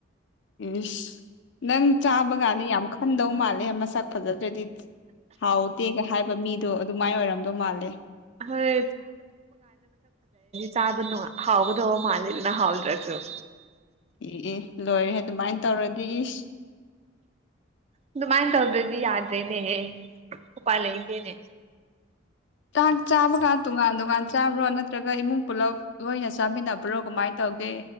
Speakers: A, on the left; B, on the right.
A: ꯏꯁ ꯅꯪ ꯆꯥꯕ ꯀꯥꯟꯗ ꯌꯥꯝ ꯈꯟꯗꯧ ꯃꯥꯜꯂꯦ ꯃꯁꯛ ꯐꯖꯗ꯭ꯔꯗꯤ ꯍꯥꯎꯗꯦꯒ ꯍꯥꯏꯕ ꯃꯤꯗꯣ ꯑꯗꯨꯃꯥꯏꯅ ꯑꯣꯏꯔꯝꯗꯧ ꯃꯥꯜꯂꯦ
B: ꯍꯣꯏ ꯆꯥ ꯍꯥꯎꯕꯗꯨ ꯍꯥꯎ ꯃꯥ ꯂꯩꯗꯨꯅ ꯍꯥꯎꯗ꯭ꯔꯦꯁꯨ
A: ꯏꯑ ꯂꯣꯏꯔꯦ ꯑꯗꯨꯃꯥꯏꯅ ꯇꯧꯔꯗꯤ ꯏꯁ
B: ꯑꯗꯨꯃꯥꯏꯅ ꯇꯧꯗ꯭ꯔꯗꯤ ꯌꯥꯗ꯭ꯔꯦꯅꯦꯍꯦ ꯎꯄꯥꯜ ꯂꯩꯇꯦꯅꯦ
A: ꯆꯥꯛ ꯆꯥꯕꯒ ꯇꯣꯉꯥꯟ ꯇꯣꯉꯥꯟ ꯆꯥꯕ꯭ꯔꯣ ꯅꯠꯇ꯭ꯔꯒ ꯏꯃꯨꯡ ꯄꯨꯂꯞ ꯂꯣꯏꯅ ꯆꯥꯃꯤꯟꯅꯕ ꯕ꯭ꯔꯣ ꯀꯃꯥꯏꯅ ꯇꯧꯒꯦ